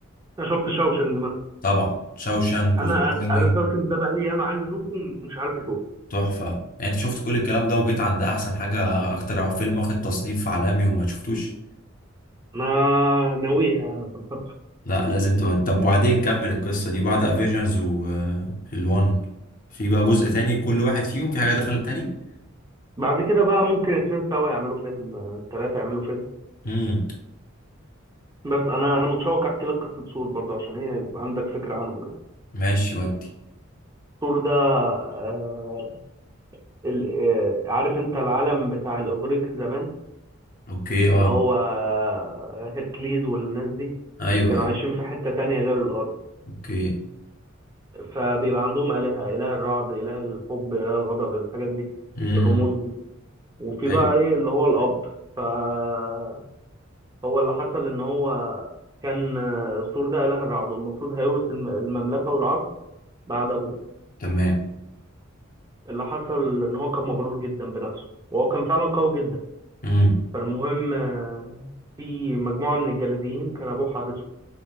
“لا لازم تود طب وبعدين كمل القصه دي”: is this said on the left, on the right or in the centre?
Left